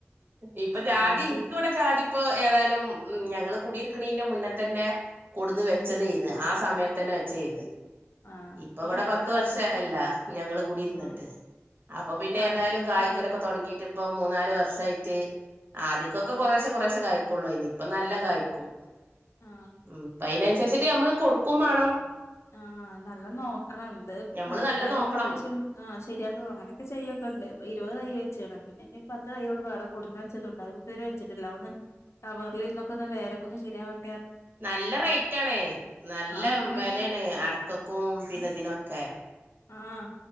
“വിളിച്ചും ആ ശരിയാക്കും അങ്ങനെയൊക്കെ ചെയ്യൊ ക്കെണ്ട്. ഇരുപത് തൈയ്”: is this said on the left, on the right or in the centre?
Left